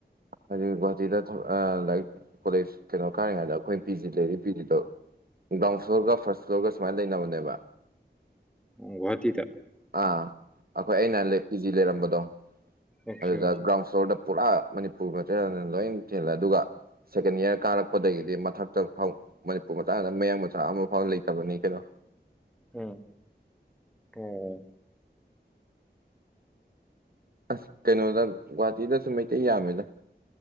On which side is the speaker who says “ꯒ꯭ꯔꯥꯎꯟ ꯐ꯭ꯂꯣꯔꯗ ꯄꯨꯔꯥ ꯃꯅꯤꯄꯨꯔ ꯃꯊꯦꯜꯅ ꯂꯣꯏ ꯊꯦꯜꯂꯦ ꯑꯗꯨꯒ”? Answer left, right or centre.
Right